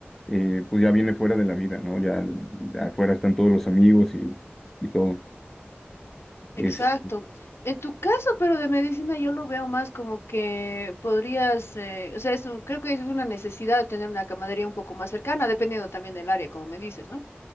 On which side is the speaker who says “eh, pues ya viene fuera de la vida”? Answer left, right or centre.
Centre